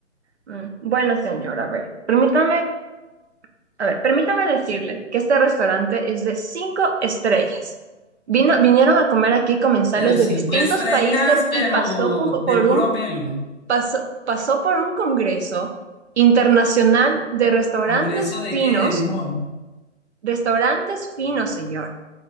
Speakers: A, on the right; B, on the left.
A: Mm, Bueno, señor, a ver, permítame, a ver, permítame decirle que este restaurante es de cinco estrellas. Vino, vinieron a comer aquí comensales
B: Pero
A: de
B: cinco
A: distintos
B: estrellas,
A: países
B: pero
A: y pasó po-
B: de
A: por
B: puro
A: un,
B: pelo.
A: pasó, pasó por un congreso internacional de restaurantes
B: ¿Congreso de
A: finos,
B: qué? Del humor.
A: restaurantes finos, señor.